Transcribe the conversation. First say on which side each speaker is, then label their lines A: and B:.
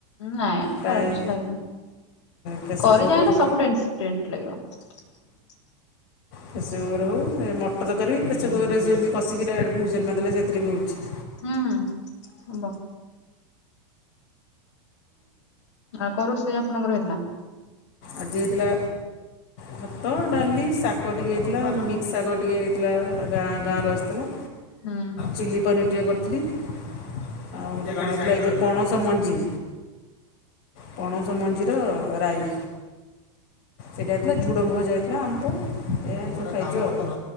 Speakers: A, on the left; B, on the left.
A: ନାଇଁ
B: ପ୍ରାୟ
A: ଖରାପ କିଛି ଲାଗେନି।
B: ପ୍ରେସର୍
A: କରି
B: କୁକର୍
A: ଯାଣିଲେ ସବୁ ଟେନସ୍ ଟେଷ୍ଟ ଲାଗିବ। <unintelligible>
B: ପ୍ରେସରକୁକର ହଉ ମଟର ତରକାରି ପ୍ରେସର କୁକରରେ ସେମିତି କଷିକି ଡାଇରେକ୍ଟ ଫୁଜେଲ ମାରିଦେଲେ ସେଥିରେ ବି ହଉଛି।
A: ହୁଁ ହବ। ଆଉ କଉ ରୋଷେଇ ଆପଣଙ୍କର ହେଇଥିଲା?
B: ଆଜି ହେଇଥିଲା ଭାତ, ଡାଲି, ଶାଗ ଟିକେ ହେଇଥିଲା ମିକ୍ସ ଶାଗ ଟିକେ ହେଇଥିଲା ଗାଁ ଗାଁରୁ ଆସିଥିଲା।
A: ହୁଁ
B: ଚିଲି ପନିର ଟିକେ କରି ଥିଲି। ଆଉ ଗୋଟେ କଣ ହେଇଥିଲା ଆଜି ପଣସ ମଞ୍ଜି। ପଣସ ମଞ୍ଜିର ରାଇ। ଏଇଟା ହେଇଥିଲା ଝୁଡ଼ଙ୍ଗ ଭଜା ହେଇଥିଲା ଆମ୍ବ ଏ ସବୁ ଖାଇଛୁ ଆଉ।